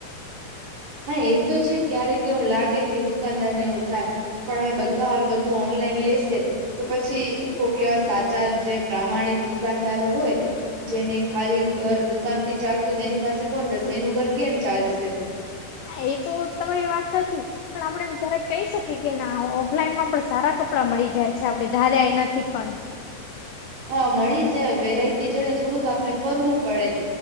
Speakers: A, on the right; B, on the left.
A: હા એ તો છે, ક્યારેક એવું લાગે કે દુકાનદાર ને એવું થાય પણ હવે બધા હવે બધું ઓનલાઈન લેશે તો પછી કોક એવા સાચા જે પ્રામાણિક દુકાનદારો હોય જેની ખાલી ઘર દુકાનથી ચાલતું એની પાસે કોણ જશે એનું ઘર કેમ ચાલશે
B: હા એ તો તમારી વાત સાચી પણ આપણેે એમ ક્યારેક કહી શકીએ કે ના ઓફલાઈનમાં પણ સારા કપડાં મળી જાય છે, આપડે ધાર્યા એનાથી પણ
A: હ મળી જ જાય વેરાયટી જડે થોડુંક આપને ફરવું પડે